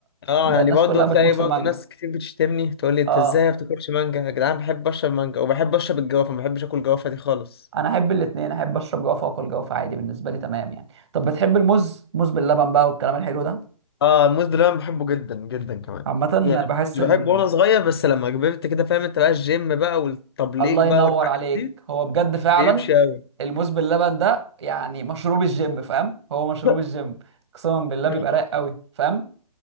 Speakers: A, on the left; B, on the right.
A: اه
B: ده
A: يعني
B: الناس
A: برضه
B: كلها بتموت
A: تلاقي
B: في
A: برضه
B: المانجا
A: ناس كتير بتشتمني تقول لي انت
B: اه
A: ازاي ما بتاكلش مانجا يا جدعان بحب اشرب مانجا وبحب اشرب الجوافه ما بحبش اكل الجوافه دي خالص
B: انا احب الاثنين احب اشرب جوافه واكل جوافه عادي بالنسبه لي تمام يعني طب بتحب الموز موز باللبن بقى والكلام الحلو ده
A: اه الموز باللبن بحبه جدا جدا كمان
B: عامه
A: يعني
B: بحس
A: مش
B: ال...
A: بحبه وانا صغير بس لما كبرت كده فاهم انت بقى الجيم بقى والتبليج
B: الله
A: بقى
B: ينور
A: والحاجات
B: عليك
A: دي
B: هو بجد فعلا
A: بيمشي قوي
B: الموز باللبن ده يعني مشروب الجيم فاهم هو مشروب
A: <laughs>
B: الجيم قسما بالله
A: لا
B: بيبقى رايق قوي فاهم